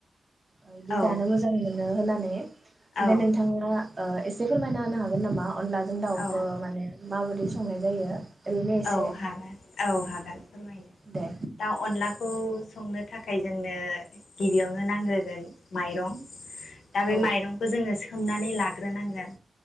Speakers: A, on the right; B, on the left.
A: बिदि
B: औ
A: जानो मोजां मोनो नो होनानै ओमफ्राय
B: औ
A: नोंथांमोना ओ एसे फोरमायना होनो हागोन नामा? अनलाजों दाउखौ
B: औ
A: माने माबोरै संनाय जायो। ओरैनो एसे
B: औ हागोन। औ हागोन, फोरमायनो
A: दे
B: दा अनलाखौ संनो थाखाय जोंनो गिबियावनो नांग्रोगोन माइरं दा बे
A: औ
B: माइरंखौ जोङो सोमनानै लाग्रोनांगोन,